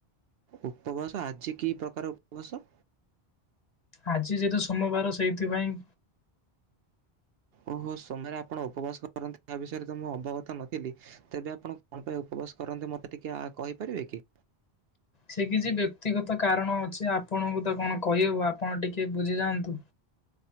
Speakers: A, on the right (about 70°); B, on the left (about 45°).
A: ଉପବାସ ଆଜି କି ପ୍ରକାର ଉପବାସ?
B: ଆଜି ଯେହେତୁ ସୋମବାର ସେଇଥିପାଇଁ।
A: ଓହୋ ସମୟରେ ଆପଣ ଉପବାସ କରନ୍ତି ତା ବିଷୟରେ ତ ମୁଁ ଅବଗତ ନଥିଲି। ତେବେ ଆପଣ କଣ ପାଇଁ ଉପବାସ କରନ୍ତି ମତେ ଟିକେ କହିପାରିବେ କି?
B: ସେ କିଛି ବ୍ୟକ୍ତିଗତ କାରଣ ଅଛି ଆପଣଙ୍କୁ ତ କଣ କହିହବ ଆପଣ ଟିକେ ବୁଝିଯାଆନ୍ତୁ।